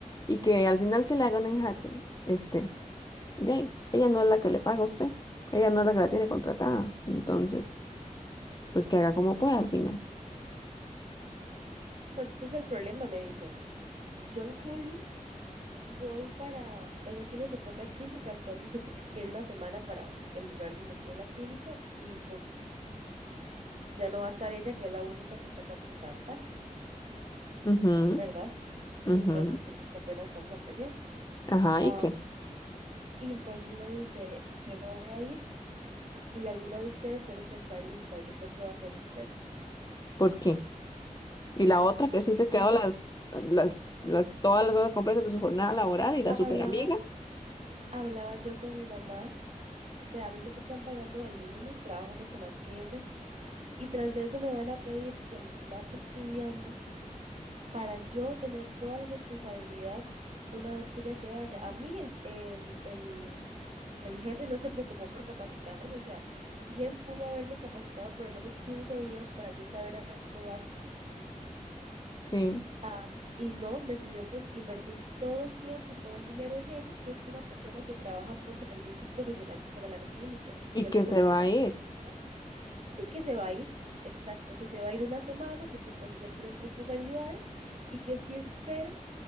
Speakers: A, on the left (about 30°); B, on the right (about 50°).
A: y que al final que le haga un enjache, este, de ahí, ella no es la que le paga a usted, ella no es la que la tiene contratada. Entonces, pues que haga como pueda al final.
B: Pues es que es el problema, me dice. Yo en julio Voy para, ella tiene su propia clínica, entonces se tiene que ir una semana para el lugar donde tiene la clínica y pues ya no va a estar ella, que es la única que está capacitada en TAC,
A: Ujú,
B: ¿verdad? Que
A: ujú.
B: son los estudios que apenas estamos aprendiendo.
A: Ajá,
B: Ah,
A: ¿y qué?
B: y entonces me dice, yo me voy a ir y alguna de ustedes tiene que estar lista, y yo creo que va a ser usted.
A: ¿Por qué? Y la otra que sí
B: Entonces
A: se quedó las, las, las, todas las horas completas de su jornada laboral y la
B: hablaba,
A: super amiga.
B: hablaba yo con mi mamá, ve, a mí me están pagando el mínimo, trabajo mucho más que ellas. Y tras de eso me van a pedir que me mate estudiando para yo tener toda la responsabilidad una vez que ella se vaya. A mí el, el, el, el jefe no se preocupó por capacitarme, o sea, bien pudo haberme capacitado por lo menos 15 días para yo saber a- lo básico.
A: Sí.
B: Ah, y no, decidió pues invertir todo el tiempo y todo el dinero en ella, que es una persona que trabaja por servicios profesionales para la clínica,
A: Y
B: que es
A: que
B: la con
A: se
B: la
A: va
B: que tiene
A: a ir.
B: más confianza, y que se va a ir, exacto, que se va a ir una semana porque pues ella tiene otras responsabilidades y que sí espera